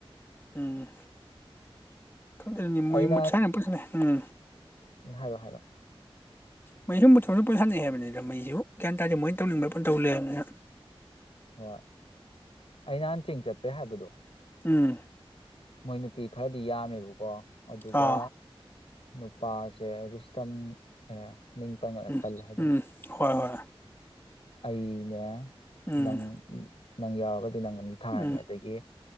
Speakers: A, on the left (about 25°); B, on the left (about 75°).
A: ꯎꯝ <unintelligible>
B: ꯑꯩ ꯅꯍꯥꯟ
A: ꯎꯝ
B: ꯍꯥꯏꯔꯣ ꯍꯥꯏꯔꯣ
A: ꯃꯩꯁꯨ ꯃꯊꯧꯁꯨ ꯄꯨ ꯁꯥꯟꯅꯩ ꯍꯥꯏꯕꯅꯤꯅ ꯃꯩꯁꯨ ꯒ꯭ꯌꯥꯟ ꯇꯥꯔꯦ ꯃꯣꯏꯅ ꯇꯧꯅꯤꯡꯕ ꯄꯟ ꯇꯧꯜ ꯂꯩ ꯍꯥꯏꯕꯅꯤꯅ
B: ꯍꯣꯏ ꯑꯩ ꯅꯍꯥꯟꯆꯤꯡ ꯆꯠꯄꯦ ꯍꯥꯏꯕꯗꯣ
A: ꯎꯝ
B: ꯃꯣꯏ ꯅꯨꯄꯤ ꯈꯔꯗꯤ ꯌꯥꯝꯃꯦꯕꯀꯣ ꯑꯗꯨꯒ
A: ꯑꯥ
B: ꯅꯨꯄꯥꯁꯦ ꯔꯨꯁꯇꯝ ꯑꯦ ꯃꯤꯡ ꯄꯟꯒꯅ
A: ꯎꯝ
B: ꯄꯜꯂꯦ ꯑꯗꯨꯝ
A: ꯎꯝ ꯍꯣꯏ ꯍꯣꯏ
B: ꯑꯩꯅꯦ
A: ꯎꯝ
B: ꯅꯪꯒꯤ ꯅꯪ ꯌꯥꯎꯔꯒꯗꯤ ꯁꯤ ꯅꯪ ꯑꯃꯝ ꯊꯥꯔꯅꯤ
A: ꯎꯝ
B: ꯑꯗꯒꯤ